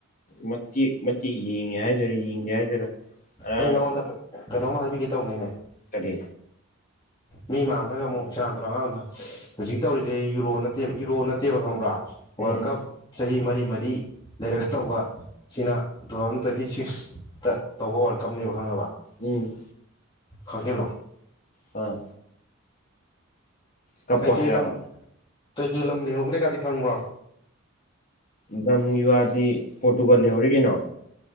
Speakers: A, on the left; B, on the left.
A: ꯃꯇꯦꯛ ꯃꯇꯦꯛ ꯌꯦꯡꯉꯦ ꯍꯥꯏꯗꯣꯏꯔꯥ ꯌꯦꯡꯗꯦ ꯍꯥꯏꯗꯣꯏꯔꯥ ꯉꯔꯥꯡ
B: ꯑꯩ ꯅꯉꯣꯟꯗ ꯀꯩꯅꯣꯝ ꯍꯥꯏꯕꯤꯒꯦ ꯇꯧꯕꯅꯤꯅꯦ
A: ꯀꯔꯤ
B: ꯃꯤ ꯃꯥꯡꯗꯒ ꯑꯃꯨꯛ ꯁꯦꯔꯥꯟ ꯇꯨꯔꯟ ꯉꯥꯡꯒꯅꯨ ꯍꯧꯖꯤꯛ ꯇꯧꯔꯤꯁꯦ ꯌꯨꯔꯣ ꯅꯠꯇꯦꯕ ꯏꯔꯣ ꯅꯠꯇꯦꯕ ꯈꯪꯕ꯭ꯔꯥ ꯋꯔꯜ
A: ꯎꯝ
B: ꯀꯞ
A: ꯎꯝ
B: ꯆꯍꯤ ꯃꯔꯤ ꯃꯔꯤ ꯂꯩꯔꯒ ꯇꯧꯕ ꯁꯤꯅ ꯇꯨ ꯊꯥꯎꯖꯟ ꯇ꯭ꯋꯦꯟꯇꯤ ꯁꯤꯛꯁꯇ ꯇꯧꯕ ꯋꯔꯜꯀꯞꯅꯦꯕ ꯈꯪꯉꯕ
A: ꯎꯝ
B: ꯈꯪꯖꯤꯜꯂꯣ
A: ꯑꯥ ꯀꯞꯄꯣ
B: ꯀꯩꯀꯩ
A: ꯍꯥꯏꯔꯕ
B: ꯂꯝ ꯀꯩꯀꯩ ꯂꯝ ꯂꯩꯍꯧꯒ꯭ꯔꯦ ꯒꯥꯗꯤ ꯈꯪꯕ꯭ꯔꯣ
A: ꯂꯝꯒꯤ ꯋꯥꯗꯤ ꯄꯣꯔꯇꯨꯒꯜ ꯂꯩꯍꯧꯔꯤ ꯀꯩꯅꯣ